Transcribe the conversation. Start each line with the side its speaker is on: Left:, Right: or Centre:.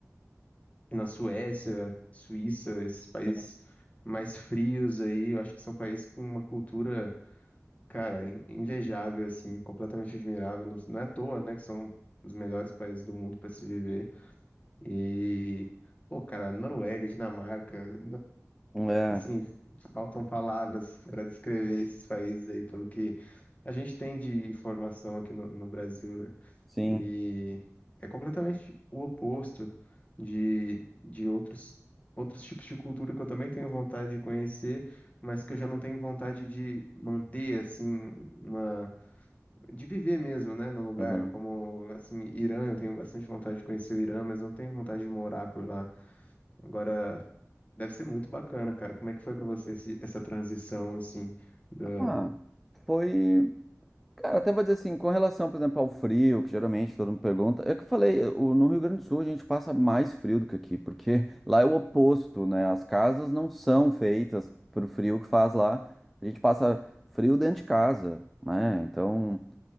Left: na Suécia, Suíça, esses países
Centre: sim,
Left: mais frios aí. Eu acho que são países com uma cultura, cara, in- invejável assim, completamente admirável. Não, não é à toa, né, que são os melhores países do mundo para se viver. E Pô, cara, Noruega, Dinamarca,
Centre: é,
Left: Assim, faltam palavras para descrever esses países aí, pelo que a gente tem de informação aqui no, no Brasil, né?
Centre: sim.
Left: E é completamente o oposto de, de outros, outros tipos de cultura que eu também tenho vontade de conhecer, mas que eu já não tenho vontade de manter, assim, uma... de viver mesmo, né, no lugar,
Centre: Uhum.
Left: como, assim, Irã, eu tenho bastante vontade de conhecer o Irã, mas não tenho vontade de morar por lá. Agora, Deve ser muito bacana, cara. Como é que foi pra você esse- essa transição, assim, da
Centre: Ah, foi. Cara, até vou dizer assim, com relação, por exemplo, ao frio, que geralmente todo mundo pergunta, é que eu falei, o- no Rio Grande do Sul a gente passa mais frio do que aqui, porque <laughs> lá é o oposto, né? As casas não são feitas pro frio que faz lá. A gente passa frio dentro de casa, né? Então,